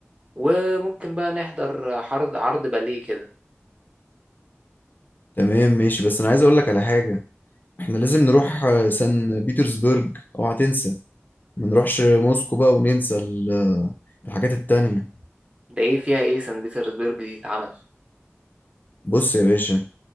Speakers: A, on the right; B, on the left.
A: وممكن بقى نحضر عرض عرض باليه كده
B: تمام ماشي بس انا عايز اقول لك على حاجه احنا لازم نروح آه، سان بيترسبرج اوعى تنسى ما نروحش موسكو بقى وننسى ال- الحاجات التانية
A: ده ايه فيها ايه سان بيترسبرج دي اتعمل
B: بص يا باشا